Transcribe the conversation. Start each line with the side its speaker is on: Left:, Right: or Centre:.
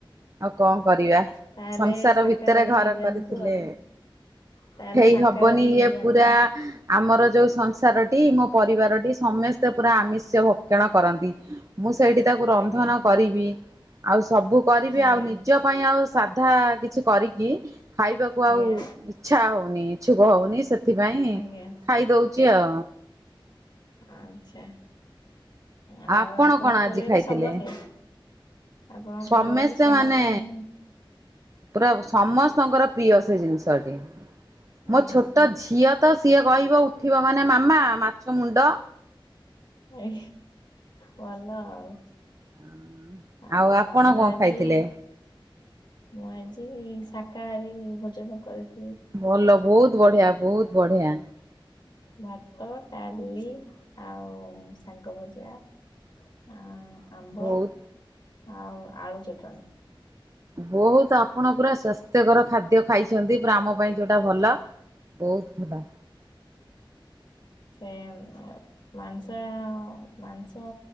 Right: ଆଉ କଣ କରିବା
Left: ତାହେଲେ
Right: ସଂସାର
Left: ଶାକାହାରୀ
Right: ଭିତରେ ଘର
Left: ହେଇଯାଆନ୍ତୁ
Right: କରିଥିଲେ
Left: ଆଉ ତାହେଲେ
Right: ହେଇ
Left: ଶାକାହାରୀ
Right: ହବନି ଇଏ
Left: ହେଇଯାଆନ୍ତୁ
Right: ପୁରା ଆମର ଯୋଉ ସଂସାରଟି ମୋ ପରିବାରଟି ସମସ୍ତେ ପୁରା ଆମିଷ ଭକ୍ଷଣ କରନ୍ତି। ମୁଁ ସେଇଠି ତାକୁ ରନ୍ଧନ
Left: ଆଜ୍ଞା।
Right: କରିବି। ଆଉ ସବୁ କରିବି
Left: ଆଜ୍ଞା
Right: ଆଉ ନିଜ ପାଇଁ ଆଉ ସାଧା କିଛି କରିକି ଖାଇବାକୁ
Left: ଆଜ୍ଞା
Right: ଆଉ ଇଚ୍ଛା ହଉନି ଇଚ୍ଛୁକ ହଉନି ସେଥିପାଇଁ
Left: ଆଜ୍ଞା
Right: ଖାଇ ଦଉ ଚି ଅ
Left: ଆଚ୍ଛା ଆଉ
Right: ଆପଣ
Left: ଆପଣଙ୍କ
Right: କଣ ଆଜି
Left: ପରିବାରରେ
Right: ଖାଇଥିଲେ?
Left: ସମସ୍ତେ ଆପଣଙ୍କ
Right: ସମସ୍ତେ
Left: ପରିବାରରେ ସମସ୍ତେ
Right: ମାନେ
Left: ଆମୀ
Right: ପୁରା ସମସ୍ତଙ୍କର ପ୍ରିୟ ସେ ଜିନିଷଟି। ମୋ
Left: ଆଚ୍ଛା
Right: ଛୋଟ ଝିଅ ତ ସିଏ କହିବ ଉଠିବ ମାନେ ମାମା ମାଛ ମୁଣ୍ଡ
Left: ହାଏ ଭଲ ଆଉ
Right: ହ
Left: ଓହୋ
Right: ଆଉ ଆପଣ
Left: ଆମର
Right: କଣ
Left: ଆଜି
Right: ଖାଇଥିଲେ?
Left: ମୁଁ ଆଜି ଶାକାହାରୀ ଭୋଜନ କରିଥି
Right: ଭଲ ବହୁତ ବଢିଆ ବହୁତ ବଢିଆ।
Left: ଭାତ, ଡାଲି ଆଉ ଶାଗ ଭଜା ଆ ଆମ୍ବ
Right: ବହୁତ
Left: ଆଉ ଆଳୁ ଚଟଣୀ।
Right: ବହୁତ ଆପଣ ପୁରା ସ୍ଵାସ୍ଥ୍ୟକର ଖାଦ୍ୟ ଖାଇଛନ୍ତି ପୁରା ଆମ ପାଇଁ ଯୋଉଟା ଭଲ। ବହୁତ ଭଲ।
Left: ସେମ୍ ମାଂସା ମାଂସ